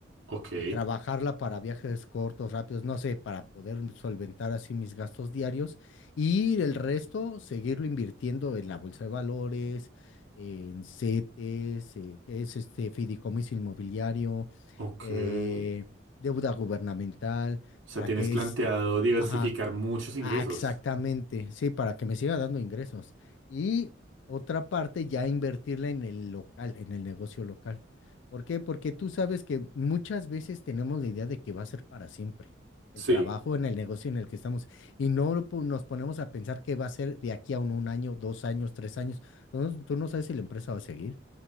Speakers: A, on the right (about 90°); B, on the left (about 75°).
A: ok,
B: y trabajarla para viajes cortos, rápidos, no sé, para poder solventar así mis gastos diarios y el resto seguirlo invirtiendo en la bolsa de valores, en CETES, eh, que es este fideicomiso inmobiliario,
A: ok.
B: eh,
A: O
B: deuda gubernamental,
A: sea,
B: para
A: tienes
B: que
A: planteado
B: es,
A: diversificar
B: ajá,
A: muchos ingresos.
B: Ah, exactamente, sí, para que me siga dando ingresos. Y otra parte ya invertirla en el local, en el negocio local. ¿Por qué? Porque tú sabes que muchas veces tenemos la idea de que va a ser para siempre el
A: Sí,
B: trabajo en el negocio en el que estamos y no lo po- nos ponemos a pensar que va a ser de aquí a un, un año, dos años, tres años. No, tú no sabes si la empresa va a seguir.